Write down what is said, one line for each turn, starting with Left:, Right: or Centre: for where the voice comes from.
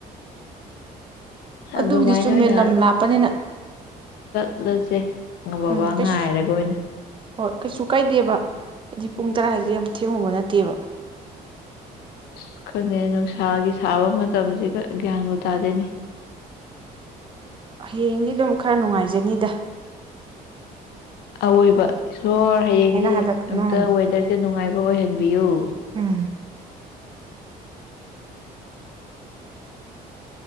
Right: ꯑꯗꯨꯕꯨꯗꯤ
Left: ꯑꯗꯨꯃꯥꯏꯅ
Right: ꯆꯨꯝꯃꯦ
Left: ꯑꯣꯏꯅ
Right: ꯂꯝ ꯂꯥꯞꯄꯅꯤꯅ
Left: ꯑꯗꯨꯁꯦ ꯕꯕꯥ
Right: ꯎꯝ ꯀꯩꯁꯨ
Left: ꯉꯥꯏꯔꯒ ꯑꯣꯏꯅ
Right: ꯍꯣꯏ ꯀꯩꯁꯨ ꯀꯥꯏꯗꯦꯕ ꯍꯥꯏꯗꯤ ꯄꯨꯡ ꯇꯔꯥ ꯍꯥꯏꯁꯦ ꯌꯥꯝ ꯊꯦꯡꯉꯨꯕ ꯅꯠꯇꯦꯕ꯫
Left: ꯑꯁ ꯈꯪꯗꯦꯅꯦ ꯅꯨꯡꯁꯥꯒꯤ ꯁꯥꯕ ꯃꯇꯝꯁꯤꯗ ꯒ꯭ꯌꯥꯟꯕꯨ ꯇꯥꯗꯦꯅꯦ꯫
Right: ꯍꯌꯦꯡꯗꯤ ꯑꯗꯨꯝ ꯈꯔ ꯅꯨꯡꯉꯥꯏ ꯖꯅꯤꯗ
Left: ꯑꯋꯣꯏꯕ ꯏꯁꯣꯔ ꯍꯌꯦꯡꯗꯤ
Right: ꯍꯥꯏꯕ ꯀꯩꯅꯣ
Left: ꯑꯝꯇ
Right: ꯍꯥꯏꯕꯅꯤ
Left: ꯋꯦꯗꯔꯁ ꯅꯨꯡꯉꯥꯏꯕ ꯑꯣꯏꯍꯟꯕꯤꯌꯨ!
Right: ꯎꯝ